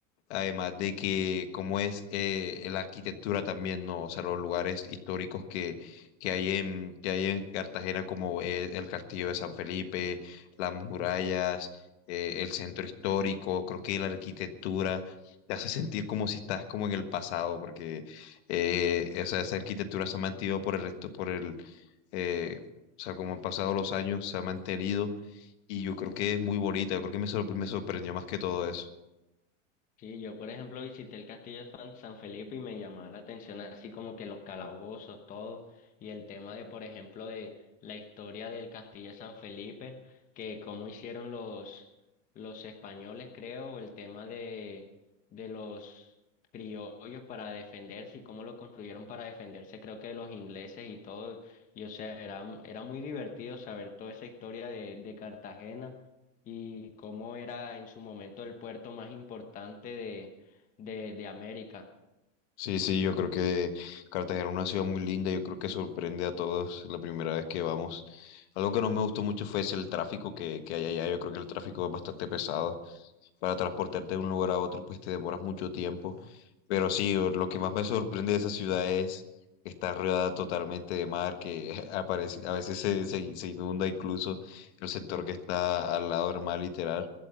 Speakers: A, on the left; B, on the left.
A: Además de que, como es eh, la arquitectura también, ¿no? O sea, los lugares históricos que, que hay en, que hay en Cartagena, como es el Castillo de San Felipe, las murallas, eh, el centro histórico, creo que la arquitectura te hace sentir como si estás como en el pasado, porque eh, esa, esa arquitectura se ha mantenido por el resto, por el, eh, o sea, como han pasado los años, se ha mantenido y yo creo que es muy bonita, yo creo que me, sor- me sorprendió más que todo eso.
B: Sí, yo por ejemplo visité el castillo de Fan- San Felipe y me llamaba la atención así como que los calabozos, todo, y el tema de por ejemplo de la historia del castillo de San Felipe, que cómo hicieron los, los españoles creo, o el tema de, de los criollos para defenderse y cómo lo construyeron para defenderse creo que de los ingleses y todo, y o sea, era, un- era muy divertido saber toda esa historia de, de Cartagena y cómo era en su momento el puerto más importante de, de, de América.
A: Sí, sí, yo creo que Cartagena es una ciudad muy linda, yo creo que sorprende a todos la primera vez que vamos. Algo que no me gustó mucho fue ese, el tráfico que, que hay allá, yo creo que el tráfico es bastante pesado. Para transportarte de un lugar a otro, pues te demoras mucho tiempo. Pero sí, o- lo que más me sorprende de esa ciudad es que está rodeada totalmente de mar, que <laughs> aparece, a veces se, se, se inunda incluso el sector que está al lado del mar, literal.